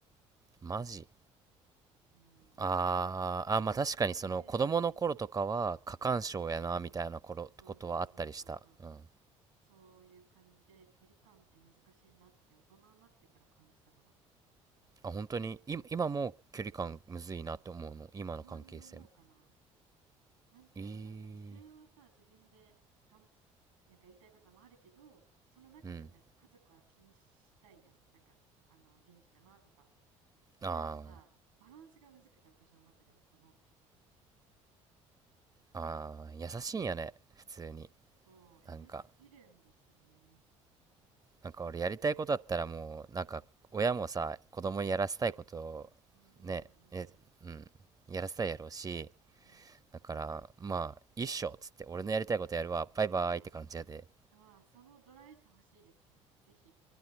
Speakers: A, on the right (about 20°); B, on the right (about 85°).
A: ー、マジ
B: うーん。
A: あーあー、
B: っ
A: まあ確かにその子供の頃とかは過干渉やなみたいな頃ことはあったりした。
B: ていう点で、そうそうそうそうそう。
A: うん。
B: そういう感じで距離感って難しいなって大人になってから感じたかな。
A: あ、本当に、い、今もう距離感むずいなって思うの。今の関係性も。
B: たまに思うかな。なんていうの、
A: えー、
B: なんか自分はさ、自分でがん、なんかやりたいこともあるけど、その中でもやっぱ家族は気にしたいやん。
A: うん。
B: なんか、あの、元気かなとか。ってやるとさ、
A: あ
B: バランスがむずくて、私の中ではその、
A: あ、ああ、優しいんやね。普通に。
B: そう、優しすぎるんですよね。
A: なんか、なんか俺やりたいことあったらもう、なんか親もさ、子供にやらせたいことを
B: うんうんうんうん
A: ね、え、うん、やらせたいやろうし、
B: うんうん。うん。
A: だから、まあ、一緒っつって、俺のやりたいことやるわ、バイバイって感じやで。
B: うわ、そのドライさ欲しいですね。ぜひ。